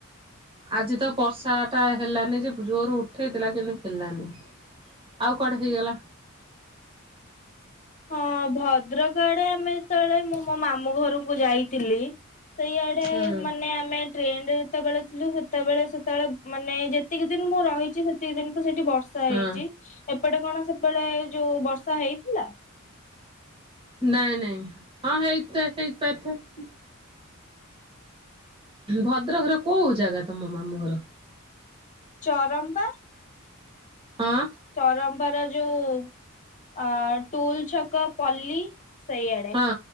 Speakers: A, on the right; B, on the left.
A: ଆଜି ତ ବର୍ଷା ଟା ହେଲାନି ଯେ ଜୋର ଉଠେଇଥିଲା କିନ୍ତୁ ହେଲାନି ଆଉ କୁଆଡେ ହେଇଗଲା।
B: ହଁ ଭଦ୍ରକ ଆଡେ ଆମେ ଯେତେବେଳେ ମୁଁ ମୋ ମାମୁଁ ଘରକୁ ଯାଇଥିଲି ସେଇଆଡେ
A: ହୁଁ
B: ମାନେ ଆମେ ଟ୍ରେନରେ ଯେତେବେଳେ ଥିଲୁ ସେତେବେଳେ ସେତେବେଳେ ମାନେ ଯେତିକି ଦିନ ମୁଁ ରହିଛି ସେତିକି ଦିନ ତ ସେଠି ବର୍ଷା
A: ହଁ
B: ହେଇଛି। ଏପଟେ କଣ ସେପେଟେ ଯୋଉ ବର୍ଷା ହେଇଥିଲା।
A: ନାଇଁ ନାଇଁ ହଁ ହେଇଥିଲା ହେଇଥି ପାଇଁ - ଭଦ୍ରକର କୋଉ ଜାଗା ତମ ମାମୁଁ ଘର?
B: ଚରମ୍ପା।
A: ହଁ।
B: ଚରମ୍ପାର ଯୋଉ ଅ ଟୁଲ ଛକ ପଲ୍ଲୀ। ସେଇଆଡେ।
A: ହଁ